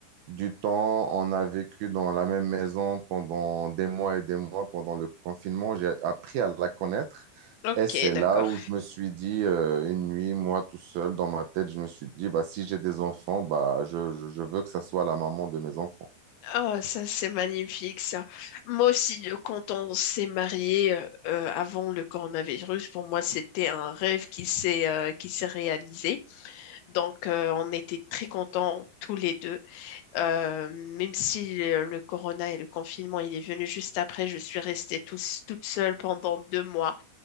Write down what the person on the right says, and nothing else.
du temps, on a vécu dans la même maison pendant des mois et des mois pendant le confinement, j'ai appris à la connaître.
Et c'est
là où je me suis dit, euh, une nuit, moi tout seul, dans ma tête, je me suis dit, bah, si j'ai des enfants, bah, je, je, je veux que ça soit la maman de mes enfants.